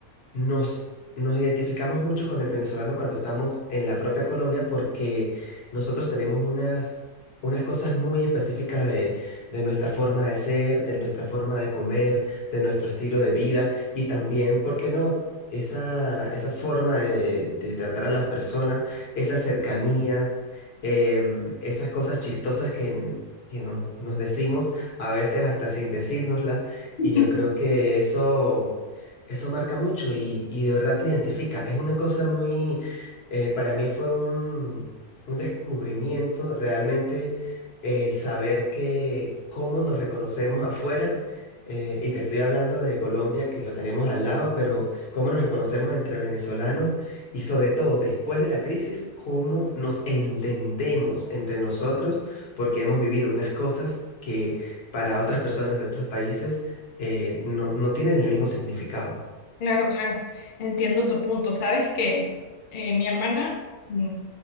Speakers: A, on the left; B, on the left.
A: nos, nos identificamos mucho con el venezolano cuando estamos en la propia Colombia porque nosotros tenemos unas, unas cosas muy específicas de, de nuestra forma de ser, de nuestra forma de comer, de nuestro estilo de vida y también, ¿por qué no? Esa, esa forma de, de tratar a las personas, esa cercanía, em, esas cosas chistosas que, n- que nos, nos decimos a veces hasta sin decírnoslas
B: <laughs>
A: y yo creo que eso... Eso marca mucho y, y de verdad te identifica. Es una cosa muy, eh, para mí fue un, un descubrimiento realmente eh, el saber que cómo nos reconocemos afuera, eh, y te estoy hablando de Colombia, que lo tenemos al lado, pero cómo nos reconocemos entre venezolanos y sobre todo después de la crisis, cómo nos entendemos entre nosotros, porque hemos vivido unas cosas que para otras personas de otros países eh, no no tienen el mismo significado.
B: Claro, claro, entiendo tu punto. Sabes que eh, mi hermana, mm,